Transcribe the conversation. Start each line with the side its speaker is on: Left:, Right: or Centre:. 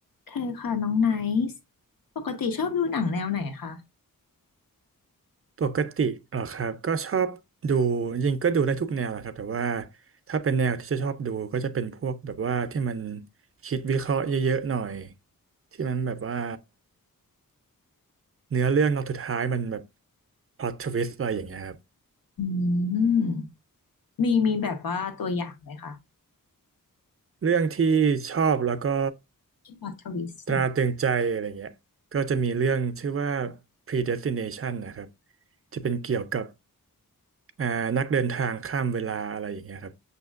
Left: เคยค่ะน้องไนซ์ปกติชอบดูหนังแนวไหนคะ
Right: ปกติเหรอครับก็ชอบดูจริงก็ดูได้ทุกแนวแหละครับแต่ว่าถ้าเป็นแนวที่จะชอบดูก็จะเป็นพวกแบบว่าที่มันคิดวิเคราะห์เยอะๆหน่อยที่มันแบบว่าเนื้อเรื่องตอนสุดท้ายมันแบบพล็อตทวิสอะไรอย่างเงี้ยครับ
Left: อืมมีมีแบบว่าตัวอย่างไหมคะ
Right: เรื่องที่ชอบแล้วก็
Left: ที่พล็อตทวิสต์นะ
Right: ตราตรึงใจอะไรเงี้ยก็จะมีเรื่องชื่อว่า Predestination นะครับจะเป็นเกี่ยวกับอ่านักเดินทางข้ามเวลาอะไรอย่างเงี้ยครับ